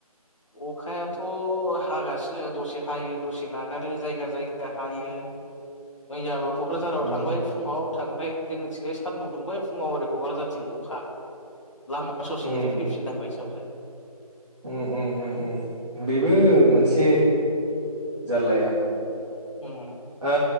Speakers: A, on the left; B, in the centre.
A: अखायाथ' हागासिनो दसे हायो दसे नागारो जायगा जायगा हायो मैयाबो क'क्राझाराव
B: उम
A: थांबाय फुङाव थांबाय जोंनिथिंजाय सानदुं दुंबाय फुङाव हरै क'क्राझारथिं अखा लामा ससेनिफ्राय
B: उम
A: फैफिनांबाय सो ओमफ्राय
B: उम उम उम बेबो मोनसे जारलाया
A: उम।
B: ओ